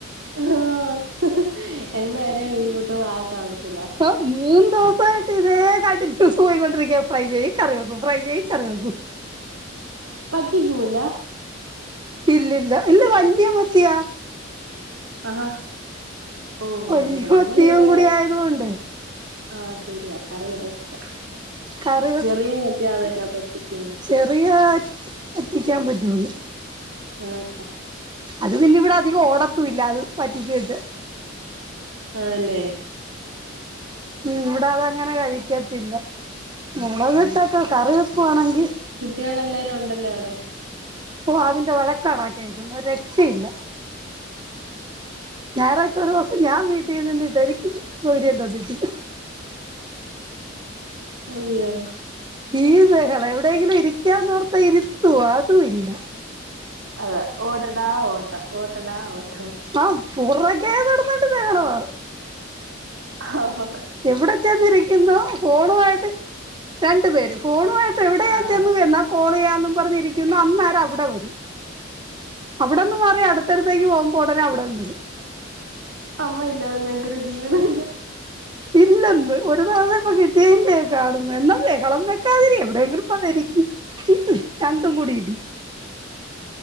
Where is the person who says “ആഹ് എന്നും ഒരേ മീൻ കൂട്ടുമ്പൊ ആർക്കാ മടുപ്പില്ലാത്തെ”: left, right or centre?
Right